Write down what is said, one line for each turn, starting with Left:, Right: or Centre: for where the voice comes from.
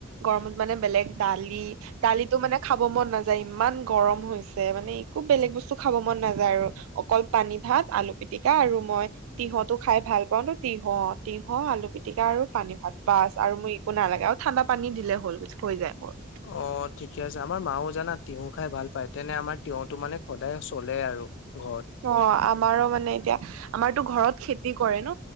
Right: গৰমত মানে বেলেগ দালি দালিটো মানে। খাব মন নাযায় ইমান গৰম হৈছে মানে একো বেলেগ বস্তু খাব মন নাযায় আৰু অকল পানী ভাত আলু পিতিকা আৰু মই, তিঁহতটো খাই ভাল পাও ন তিঁহ তিঁহ আলু, পিটিকা আৰু পানী ভাত বাছ আৰু মোৰ একো নালাগে আৰু ঠাণ্ডা পানী দিলে হ'ল হৈ যায় মোৰ।
Left: অ ঠিকে আছে আমাৰ মাও জানা তিয়ঁহ খাই ভাল পায় তেনে আমাৰ তিয়টো মানে সদায় চলে আৰু ঘৰত,
Right: অ আমাৰো মানে এতিয়া। আমাৰতো ঘৰত খেতি কৰে ন